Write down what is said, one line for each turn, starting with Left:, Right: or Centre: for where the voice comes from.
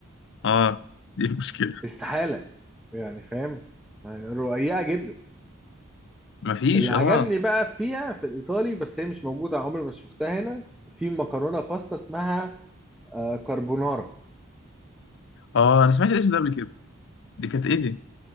Left: اه دي المشكله
Centre: استحالة يعني فاهم يعني رقيقة جدا
Left: مفيش
Centre: اللي
Left: اه
Centre: عجبني بقى فيها في الإيطالي بس هي مش موجودة عمري ما شفتها هنا في مكرونة باستا اسمها آه، كاربونارا
Left: اه انا سمعت الاسم ده قبل كده دي كانت ايه دي